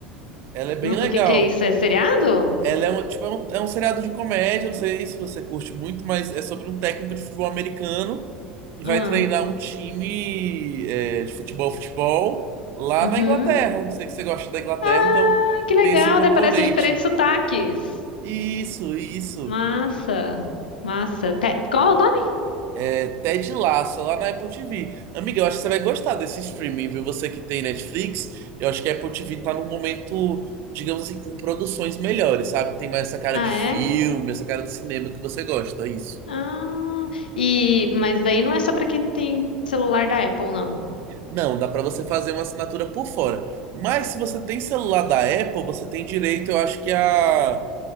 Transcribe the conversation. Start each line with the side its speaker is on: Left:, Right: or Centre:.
Right: Ela é bem
Left: Não, O
Right: legal.
Left: que que é isso? É seriado?
Right: Ela é um, tipo, é um, é um seriado de comédia, não sei se você curte muito, mas é sobre um técnico de futebol americano que vai
Left: Ah,
Right: treinar um time é, de futebol, futebol lá
Left: uhum.
Right: na Inglaterra. Sei que você gosta da Inglaterra,
Left: Ah,
Right: então
Left: que legal,
Right: tem esse componente.
Left: daí aparece diferentes sotaques.
Right: Isso, isso.
Left: Massa, massa. Te- Qual é o nome?
Right: É Ted Lasso, lá na Apple TV. Amiga, eu acho que você vai gostar desse streaming, viu? Você que tem Netflix, eu acho que a Apple TV tá num momento, digamos assim, com produções melhores, sabe? Tem mais essa cara
Left: Ah,
Right: de filme,
Left: é?
Right: essa cara de cinema que você gosta, isso.
Left: Ah, e... Mas daí não é só pra quem tem celular da Apple, não.
Right: Não, dá pra você fazer uma assinatura por fora. Mas se você tem celular da Apple, você tem direito, eu acho que a